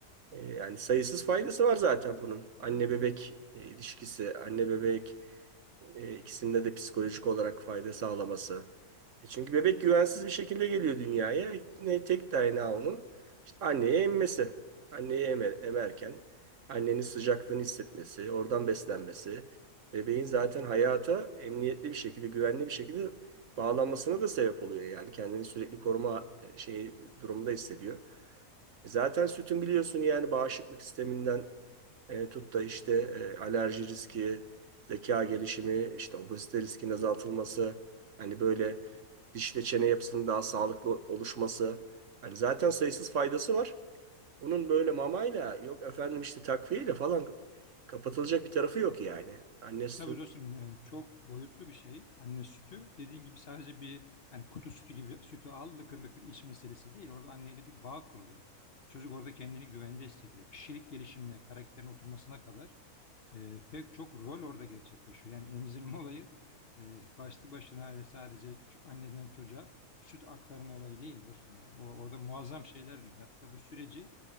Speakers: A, on the right; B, on the left.
A: E, yani sayısız faydası var zaten bunun. Anne bebek e, ilişkisi, anne bebek e, ikisinde de psikolojik olarak fayda sağlaması. E, çünkü bebek güvensiz bir şekilde geliyor dünyaya. Ne tek dayanağı onun işte anneye emmesi. Anneyi emer, emerken annenin sıcaklığını hissetmesi, oradan beslenmesi, bebeğin zaten hayata emniyetli bir şekilde, güvenli bir şekilde bağlanmasına da sebep oluyor yani. Kendini sürekli koruma e, şeyi durumda hissediyor. E, Zaten sütün biliyorsun yani bağışıklık sisteminden e, tut da işte e, alerji riski, zeka gelişimi, işte obezite riskinin azaltılması, hani böyle diş ve çene yapısının daha sağlıklı oluşması. Hani zaten sayısız faydası var. Bunun böyle mamayla, yok efendim işte takviyeyle falan kapatılacak bir tarafı yok yani. Anne sütü
B: Tabii dostum yani çok boyutlu bir şey anne sütü. Dediğin gibi sadece bir hani kutu sütü gibi sütü al lıkır lıkır iç meselesi değil. Orada anneyle bir bağ kuruluyor. Çocuk orada kendini güvende hissediyor. Kişilik gelişimine, karakterin oturmasına kadar E, pek çok rol orada gerçekleşiyor. Yani emzirme olayı e, başlı başına öyle sadece ç- anneden çocuğa süt aktarma olayı değil dostum yani. O, orada muazzam şeyler dönüyor. Hatta bu süreci